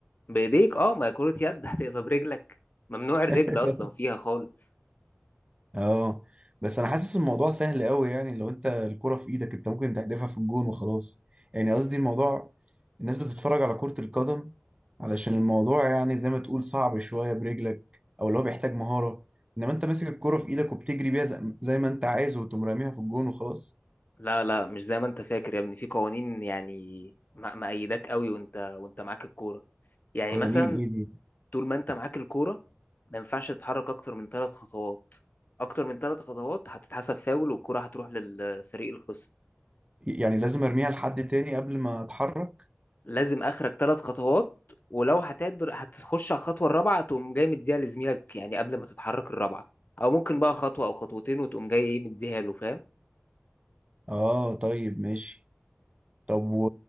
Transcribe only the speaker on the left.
بايديك اه ما هي كره يد <laughs> هتبقى برجلك ممنوع
الرجل اصلا فيها خالص
لا لا مش زي ما انت فاكر يا ابني في قوانين يعني م- مأيداك قوي وانت وانت معاك الكوره يعني
مثلا
طول ما انت معاك الكوره ما ينفعش تتحرك اكتر من ثلاث خطوات اكتر من ثلاث خطوات هتتحسب فاول والكرة هتروح للفريق الخصم
لازم اخرك ثلاث خطوات ولو هتقدر هتخش على الخطوه الرابعه تقوم جاي مديها لزميلك يعني قبل ما تتحرك الرابعه او ممكن بقى خطوه او خطوتين وتقوم جاي ايه مديها له فاهم